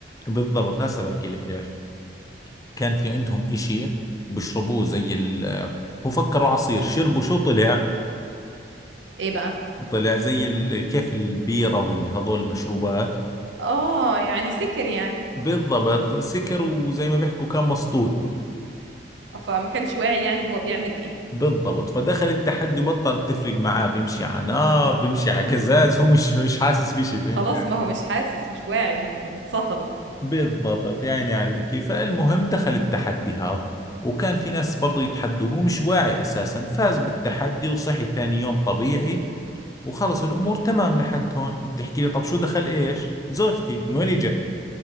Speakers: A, on the left; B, on the right.
A: بالضبط هسه بحكي لك ليش كان في عندهم اشي بيشربوه زي ال آه، هو فكروا عصير شربوا شو طلع
B: إيه بقى
A: طلع زي ال... كيف البيرة والهذول المشروبات
B: آه يعني سكر يعني
A: بالضبط سكر وزي ما بيحكوا كان مسطول
B: فما كانش واعي يعني هو بيعمل إيه
A: بالضبط فدخل التحدي بطل تفرق معاه بيمشي على نار بيمشي على قزاز هو مش مش حاسس بشي فهمت
B: خلاص
A: علي
B: ما هو مش حاسس مش واعي يعني اتسطل
A: بالضبط يعني عليك فالمهم دخل التحدي هذا وكان في ناس برضو يتحدوه هو مش واعي أساسا فاز بالتحدي وصحي ثاني يوم طبيعي وخلص الأمور تمام لحد هون بتحكي لي طب شو دخل إيش زوجتي من وين إجت